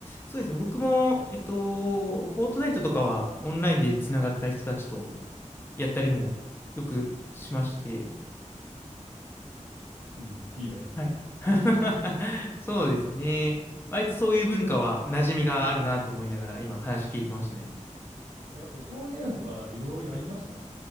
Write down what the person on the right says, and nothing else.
うん、いいよね。
え、他のゲームとかいろいろやりました